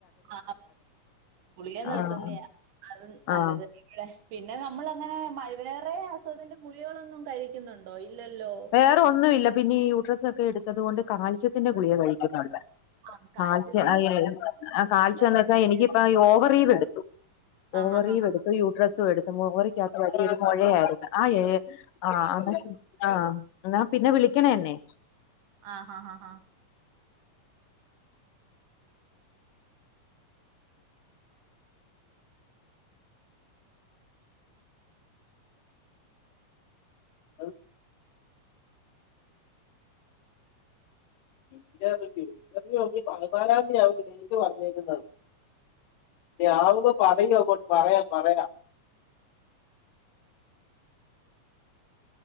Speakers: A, on the right; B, on the left.
A: ആ ഗുളിക നിർത്തുന്ന
B: ആഹ്
A: അത് നല്ലത്
B: ആഹ്
A: പിന്നെ നമ്മൾ അങ്ങനെ മഴ വേറെ അസുഖത്തിന്റെ ഗുളികകളൊന്നും കഴിക്കുന്നുണ്ടോ ഇല്ലല്ലോ
B: വേറെ ഒന്നുല്ല പിന്നെ ഈ യൂട്രസ് ഒക്കെ എടുത്തത് കൊണ്ട് കാൽസ്യത്തിന്റെ ഗുളിക കഴിക്കുന്നുണ്ട്
A: ആ കാൽസ്യത്തിന്റെ
B: കാൽസ്യം എ കാൽസ്യം എന്ന്
A: ഗുളിക
B: വെച്ചാൽ എനിക്കിപ്പ ഓവറിയുടെ എടുത്തു ഓവറിയും
A: ആഹാഹാഹാ
B: എടുത്തു യൂട്രസും എടുത്ത് മൊറി ത്ത് വലിയൊരു മുഴയായിരുന്നു ആ ഏ ആമാശയ ആ എന്നാ പിന്നെ വിളിക്കണെന്നെ
A: ആ ഹ ഹ ഹ
B: <inaudible> ഇന്റർവ്യൂ ഇന്റർവ്യൂ ഇനി പതിനാലാം തീയതി ആണ് ഡേറ്റ് പറഞ്ഞിരിക്കുന്നത് ഇനി ആവുമ്പോ പറയും അങ്ങോട് പറയാം പറയാം